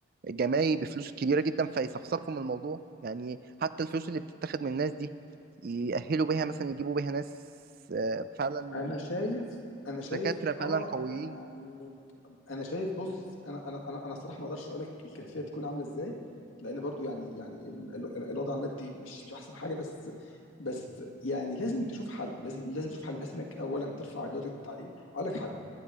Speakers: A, on the right; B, on the left.
A: الجامعي بفلوس كبيره جدا فيصفصفوا من الموضوع يعني حتى الفلوس اللي بتتاخد من الناس دي يأهلوا بيها مثلا يجيبوا بيها ناس آه، فعلا
B: انا شايف انا شايف
A: دكاتره فعلا
B: اه
A: قويين
B: يعني انا شايف بص انا انا انا انا الصراحه ما اقدرش اقول لك الكيفيه تكون عامله ازاي لان برضو يعني يعني ال- ال- ال- الوضع المادي مش مش احسن حاجه بس بس يعني لازم تشوف حل لازم لازم تشوف حل بحيث انك اولا ترفع جوده التعليم اقول لك حاجه